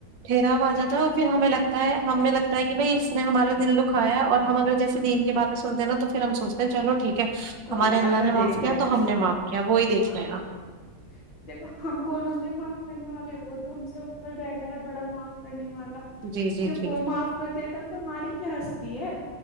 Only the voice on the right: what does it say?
ٹھیراو اجاتا پھر ہمیں لگتا ہے ہمیں لگتا ہے کہ بھائی اس نے ہمارا دل دکھایا اور ہم اگر جیسے
بھی ان کے بارے سنتے ہیںا توھر پھر ہم سوچتے چلو ٹھیک ہے
ہمارے
نے
معاف
کیا
تو
ہم
نے معاف کیا وہی دیکھ
لے گا
جی جی
جی